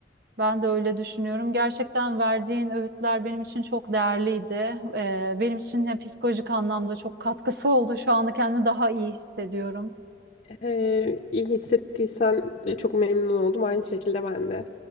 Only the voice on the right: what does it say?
Ben de öyle düşünüyorum. Gerçekten verdiğin öğütler benim için çok değerliydi. E, benim için ya psikolojik anlamda çok katkısı <laughs> oldu. Şu anda kendimi daha iyi hissediyorum.